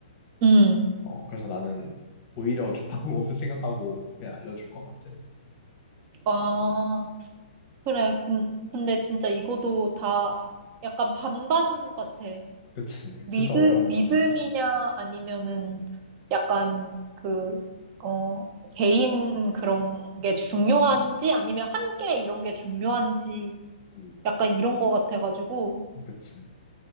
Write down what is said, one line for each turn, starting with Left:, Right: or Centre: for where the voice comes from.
Right: 응.
Left: 어, 그래서 나는 오히려 좋다고 <laughs> 생각하고 그냥 알려줄 것 같아.
Right: 아, 그래. 근, 근데 진짜 이거도 다 약간 반반 같아.
Left: 그치. 이거
Right: 믿,
Left: 진짜 어려운
Right: 믿음이냐,
Left: 주제야.
Right: 아니면은 약간 그, 어, 개인 그런 게 중요한지,
Left: 음,
Right: 아니면 함께 이런 게 중요한지,
Left: 음,
Right: 약간 이런 거 같아가지고,
Left: 그치.